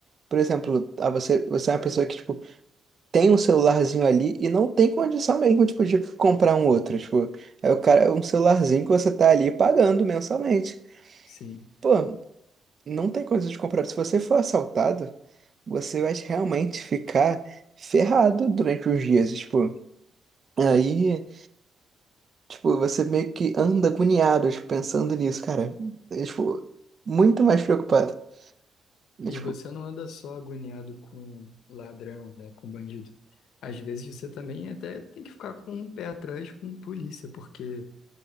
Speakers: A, on the right; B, on the left.
A: por exemplo, ah, você, você é uma pessoa que, tipo, tem um celularzinho ali e não tem condição mesmo, tipo, de comprar um outro, tipo, é o cara, é um celularzinho que você tá ali pagando mensalmente.
B: Sim.
A: Pô, não tem coisa de comprar Se você for assaltado, você vai realmente ficar ferrado durante os dias, tipo. Aí, tipo, você meio que anda agoniado, tipo, pensando nisso, cara. É, tipo, muito mais preocupado. É,
B: E
A: tipo,
B: você não anda só agoniado com ladrão, né, com bandido. Às vezes você também até tem que ficar com um pé atrás com polícia, porque,